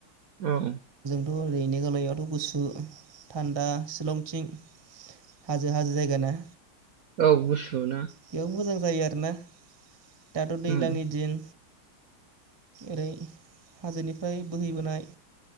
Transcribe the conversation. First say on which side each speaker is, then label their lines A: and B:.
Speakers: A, on the right (about 60°); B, on the right (about 20°).
A: औ
B: थ' ओरैनो मेघालयावथ' गुसु थान्दा सिलंथिं हाजो हाजो जायगा ना
A: औ ना
B: बेयाव मोजां जायो आरोना दाथ' दैज्लांनि
A: औ
B: दिन ओरै हाजोनिफ्राय बोहैबोनाय